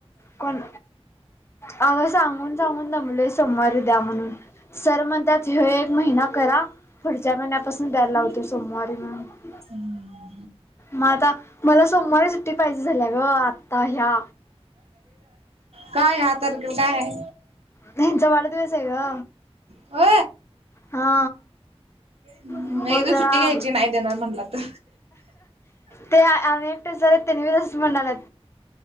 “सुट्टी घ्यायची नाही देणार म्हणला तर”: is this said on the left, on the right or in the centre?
Right